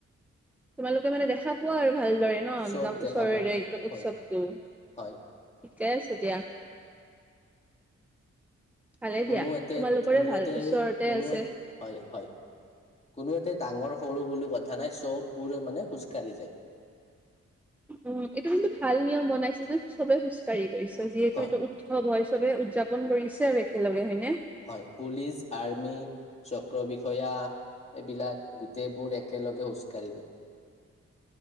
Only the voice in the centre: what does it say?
তোমালোকে মানে দেখা হ আৰু ভালদৰে ন
একদম
ওচৰৰে
একদম উৎসৱটো
ঠিকে আছে দিয়া ভালে
দিয়া
তোমালোকৰে
ভাল
ওচৰতে
আছে
উম এইটো কিন্তু ভাল নিয়ম বনাইছে যে চবে খোজকাঢ়ি কৰি যিহেতু
এইটো উৎসৱ হয় চবে উদযাপন কৰিছে আৰু একেলগে হয় নে